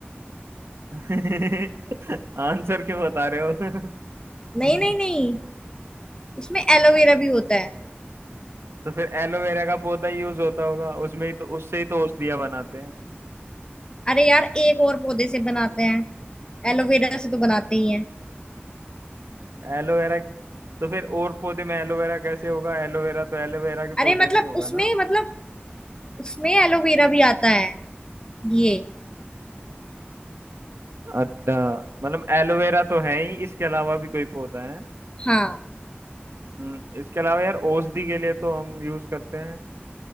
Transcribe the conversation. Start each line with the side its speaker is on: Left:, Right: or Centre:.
Right: <laughs> आंसर क्यों बता रहे हो <laughs>
Left: नहीं नहीं नहीं उसमें एलोवेरा भी होता है
Right: तो फिर एलोवेरा का पौधा यूज होता होगा उसमें ही तो उससे ही तो औषधियां बनाते हैं
Left: अरे यार एक और पौधे से बनाते हैं एलोवेरा से तो बनाते ही हैं
Right: एलोवेरा तो फिर और पौधे में एलोवेरा कैसे होगा एलोवेरा तो एलोवेरा के
Left: अरे
Right: पौधे
Left: मतलब
Right: में ही होगा
Left: उसमें
Right: ना।
Left: मतलब उसमें एलोवेरा भी आता है ये
Right: अच्छा मतलब एलोवेरा तो है ही इसके अलावा भी कोई पौधा है
Left: हाँ
Right: हम्म, इसके अलावा यार औषधि के लिए तो हम यूज करते हैं